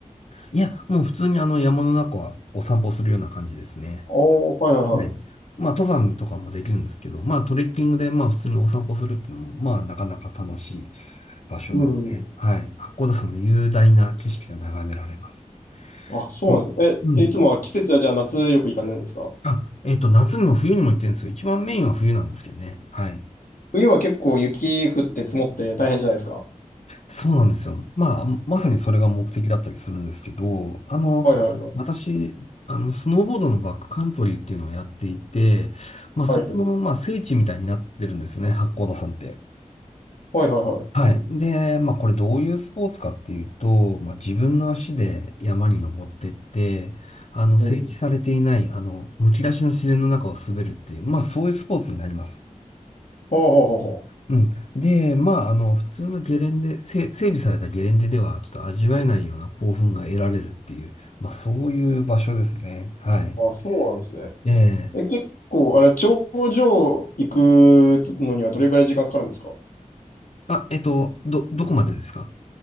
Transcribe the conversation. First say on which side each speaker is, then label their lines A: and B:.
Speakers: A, on the left; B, on the left.
A: いや、もう普通にあの山の中はお散歩するような感じですね。
B: おおー、はい、はい、
A: はい。
B: はい。
A: まあ、登山とかもできるんですけど、まあ、トレッキングで、まあ、普通にお散歩するっていうのも、まあ、なかなか楽しい場所ですね。
B: うん、うん。うん
A: はい。八甲田山の雄大な景色が眺められます。
B: あ、そうなんですね。
A: ねうん。
B: え、いつもは季節はじゃあ夏よく行かれるんですか
A: あ、えっと、夏にも冬にも行ってるんですよ。一番メインは冬なんですけどね。はい。
B: 冬は結構雪降って積もって大変じゃないですか
A: そうなんですよ。まあ、まさにそれが目的だったりするんですけど、あの、
B: はいはいはい。
A: 私、あの、スノーボードのバックカントリーっていうのをやっていて、まあ、
B: はい。
A: そこの、まあ、聖地みたいになってるんですね、八甲田山って。
B: はいはいはい。
A: はい。で、まあこれどういうスポーツかっていうと、まあ自分の足で山に登ってって、あの、整地されていない、
B: うん。
A: あの、むき出しの自然の中を滑るっていう、まあそういうスポーツになります。
B: ほうほうほうほ
A: うん。で、まああの、普通のゲレンデ、せ整備されたゲレンデではちょっと味わえないような興奮が得られるっていう、まあそういう場所ですね。はい。
B: う。あ、そうなんですね。
A: ええ
B: え、結構、あれ、頂上行くのにはどれくらい時間かかるんですか
A: あ、えっと、ど、どこまでですか